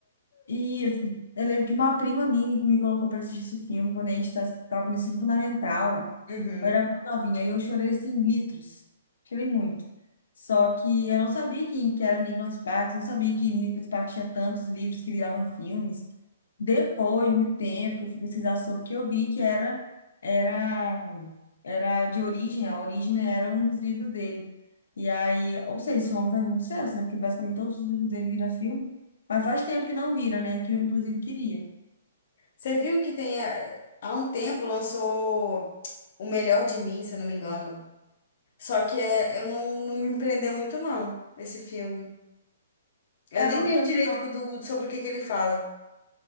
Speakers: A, on the left (about 80°); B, on the left (about 40°).
A: isso. Eu lembro que uma prima minha me colocou para assistir esse filme quando a gente estava no ensino fundamental.
B: Uhum.
A: Eu era muito novinha e eu chorei assim, litros. Chorei muito. Só que eu não sabia quem que era Nicholas Sparks, não sabia que Nicholas Sparks tinha tantos livros que viraram filmes. Depois de muito tempo que eu fui pesquisar sobre, que eu vi que era era era de origem, a origem né, era um dos livros dele. E aí, ou seja, esse homem faz muito sucesso, né? Porque basicamente todos os livros dele viram filme. Mas faz tempo que não vira, né? Que eu, inclusive, queria.
B: Você viu que tem, eh, há um tempo lançou O Melhor de Mim, se eu não me engano. Só que eh, eu não, não me prendeu muito, não, esse filme. Eu
A: É,
B: nem
A: eu
B: lembro
A: também
B: direito
A: não.
B: co- do, sobre o que que ele fala.